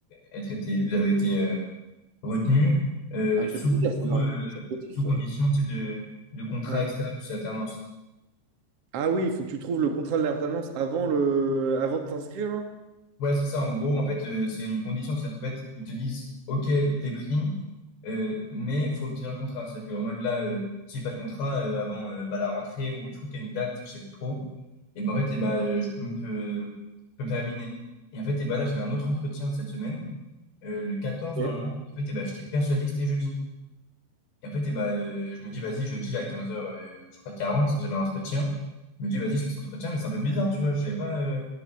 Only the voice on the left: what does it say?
être été, vous avez été euh, retenu euh,
sous,
sous, euh,
sous condition,
tu sais, de, de contrat,
etc., pour cette alternance.
Ouais, c'est ça, en gros, en fait, euh, c'est une condition, c'est-à-dire qu'en fait, ils te disent, OK, t'es pris, euh, mais faut obtenir le contrat. C'est-à-dire qu'en mode là, euh, si j'ai pas de contrat euh, avant euh, bah, la rentrée, ou je trouve qu'il y a une date, je sais plus trop, et ben en fait, et ben, euh, je peux me, peux, peux me faire éliminer. Et en fait, et ben là, j'avais un autre entretien cette semaine, euh, le 14
normalement, en fait, et ben, j'étais persuadé que c'était jeudi. Et en fait, eh ben, euh, je me dis, vas-y, jeudi à 15 heures euh, je crois 40, j'avais un entretien. Je me dis, vas-y, je fais cet entretien, mais c'est un peu bizarre, tu vois. Je savais pas euh,